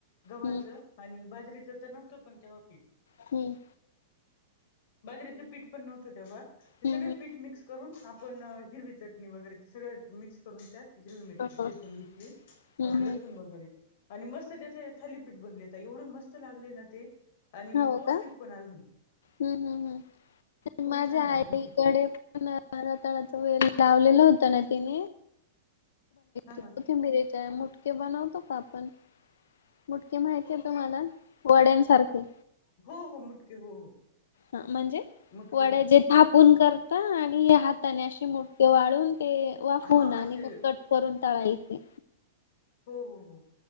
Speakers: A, on the left; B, on the left.
A: गव्हाच.
B: हम्म
A: आणि बाजरीच तर नव्हत पण तेव्हा पीठ.
B: हम्म
A: बाजरीच पीठ पण नव्हत तेव्हा ते सगळे
B: हम्म हम्म
A: पीठ मिक्स करून आपण हिरवी चटणी वगैरे ते सगळ मिक्स करून त्यात हिरवी मिरची
B: हो
A: ठेचून घेतली
B: हं, हं,
A: लसूण वगैरे. आणि मस्त त्याचे थालीपीठ बनले ताई एवढे मस्त लागले ना ते आणि
B: हो
A: पौष्टिक
B: का
A: पण आजून.
B: हम्म हम्म हम्म
A: खूप
B: माझ्या
A: छान लागले
B: आईकडे
A: होते ते
B: पण रतळाचा वेळ लावलेला होत ना तिने.
A: हा
B: कोथिंबीरीचे
A: हा
B: मुटके बनवतो का आपण मुटके माहती आहेत तुम्हाला वड्यांसारखे.
A: हो हो मुटके हो.
B: हा म्हणजे
A: मुटके
B: वड्या
A: करतो
B: जे
A: आपण
B: थापून करता आणि हे हात हाताने असे मुटके वाळवून ते वाफवून
A: हा
B: आणि
A: असे
B: मग कट करून
A: हो
B: तळायचे.
A: हो हो हो